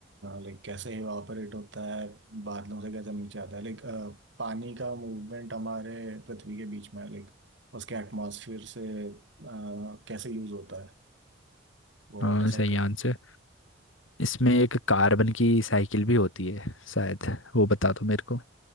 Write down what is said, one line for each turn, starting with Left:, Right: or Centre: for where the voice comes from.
Right: लाइक कैसे इवापोरेट होता है बादलों से कैसे नीचे आता है लाइक पानी का मूवमेंट हमारे पृथ्वी के बीच में है लाइक उसके एटमॉस्फेयर से अ, कैसे यूज होता है वो
Left: हाँ
Right: वाटर साइकिल
Left: सही आंसर इसमें एक कार्बन की साइकिल भी होती है शायद वो बता दो मेरे को